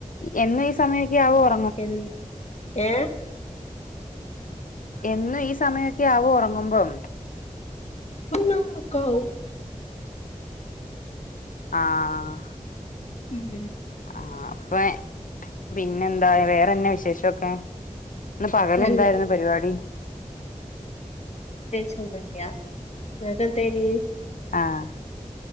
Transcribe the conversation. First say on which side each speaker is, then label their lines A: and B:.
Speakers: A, on the left (about 80°); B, on the left (about 55°).
A: എന്നു ഈ സമയൊക്കആവോ ഒറ
B: എൻ ഏഹ്
A: എന്നും ഈ സമയൊക്കെ ആവോ ഉറങ്ങുമ്പം
B: <inaudible>
A: ആഹ്
B: ഉം
A: ആഹ് അപ്പൊ പിന്നെ എന്താ വേറെന്നാ വിശേഷോക്കെ ഇന്ന് പകലെന്തായിരുന്നു
B: നല്ല
A: പരിപാടി
B: ചോർമല്ല ഇങ്ങക്ക്ന്തയ്ൻ
A: ആഹ്